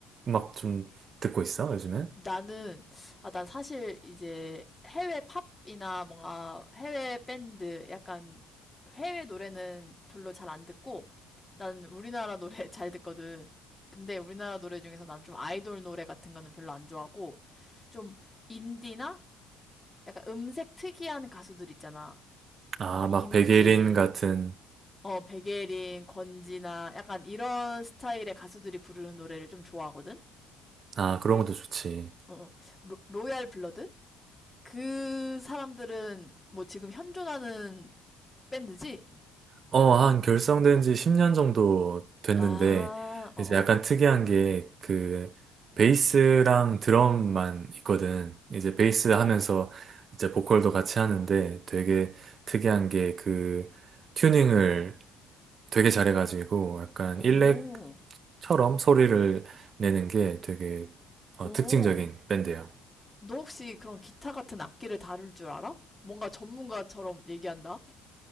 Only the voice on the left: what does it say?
나는, 아, 난 사실 이제 해외 팝이나 뭔가 해외 밴드, 약간 해외 노래는 별로 잘 안 듣고, 난 우리나라 노래 <laughs> 잘 듣거든. 근데 우리나라 노래 중에서 난 좀 아이돌 노래 같은 거는 별로 안 좋아하고, 좀 인디나 약간 음색 특이한 가수들 있잖아.
뭔가
이무진,
어, 백예린, 권지나 약간 이런 스타일의 가수들이 부르는 노래를 좀 좋아하거든?
어, 어. 로, 로얄 블러드? 그 사람들은 뭐 지금 현존하는 밴드지?
아, 어,
어.
오,
오.
너 혹시 그런 기타 같은 악기를 다룰 줄 알아? 뭔가 전문가처럼 얘기한다?